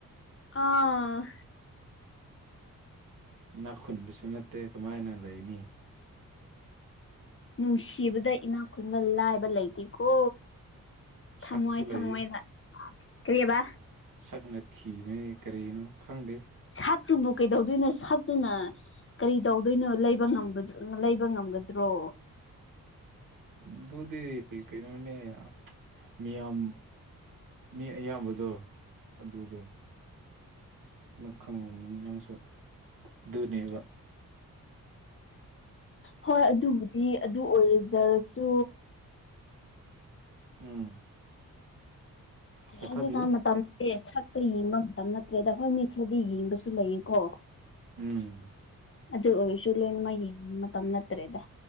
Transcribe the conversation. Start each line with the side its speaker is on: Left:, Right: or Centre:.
Left: ꯑꯣ
Right: ꯏꯅꯥꯛꯈꯨꯟꯕꯁꯨ ꯅꯠꯇꯦ ꯀꯃꯥꯏꯅ ꯂꯩꯅꯤ
Left: ꯅꯨꯡꯁꯤꯕꯗ ꯏꯅꯥꯛ ꯈꯨꯨꯟꯕ ꯂꯥꯏꯕ ꯂꯩꯇꯦꯀꯣ ꯊꯝꯃꯣꯏ
Right: ꯁꯛꯁꯨ
Left: ꯊꯝꯃꯣꯏꯗ
Right: ꯂꯩ
Left: ꯀꯔꯤꯍꯥꯏꯕ
Right: ꯁꯛꯅ ꯊꯤꯕ ꯀꯔꯤꯅꯣ ꯈꯪꯗꯦ
Left: ꯁꯠꯇꯨꯕꯨ ꯀꯩꯗꯧꯗꯣꯏꯅꯣ ꯁꯠꯇꯨꯅ ꯀꯔꯤ ꯇꯧꯗꯣꯏꯅꯣ ꯂꯩꯕ ꯉꯝꯕꯗꯨ ꯂꯩꯕ ꯉꯝꯒꯗ꯭ꯔꯣ
Right: ꯑꯗꯨꯗꯤ ꯀꯩꯅꯣꯅꯦ ꯃꯤꯌꯥꯝ ꯃꯤ ꯑꯌꯥꯝꯕꯗꯣ ꯑꯗꯨꯗꯣ ꯃꯈꯪꯅꯤꯅꯤ ꯅꯪꯁꯨ ꯗꯨꯅꯦꯕ
Left: ꯍꯣꯏ ꯑꯗꯨꯕꯨꯗꯤ ꯑꯗꯨ ꯑꯣꯏꯔꯖꯔꯁꯨ
Right: ꯎꯝ
Left: ꯑꯩ
Right: ꯆꯠꯊꯕꯤꯌꯨ
Left: ꯍꯧꯖꯤꯛꯀꯥꯟ ꯃꯇꯝꯁ ꯁꯛꯄ ꯌꯦꯡꯕ ꯃꯇꯝ ꯅꯠꯇ꯭ꯔꯦꯗ ꯍꯣꯏ ꯃꯤ ꯈꯔꯗꯤ ꯌꯦꯡꯕꯁꯨ ꯂꯩꯌꯦꯀꯣ
Right: ꯎꯝ
Left: ꯑꯗꯨ ꯑꯣꯏꯔꯁꯨ ꯂꯣꯏ ꯃꯛꯌꯦꯡ ꯃꯇꯝ ꯅꯠꯇ꯭ꯔꯦꯗ